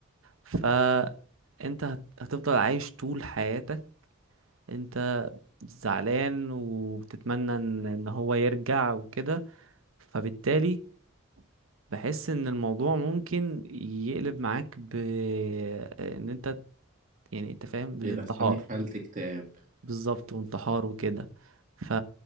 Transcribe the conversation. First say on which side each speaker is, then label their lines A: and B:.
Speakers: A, on the right (about 85°); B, on the right (about 40°).
A: فانت هت... هتفضل عايش طول حياتك انت زعلان وبتتمنى ان ان هو يرجع وكده فبالتالي بحس ان الموضوع ممكن يقلب معاك ب ان انت يعني انت فاهم بالانتحار
B: إيه دخلني في حالة اكتئاب
A: بالظبط وانتحار وكده ف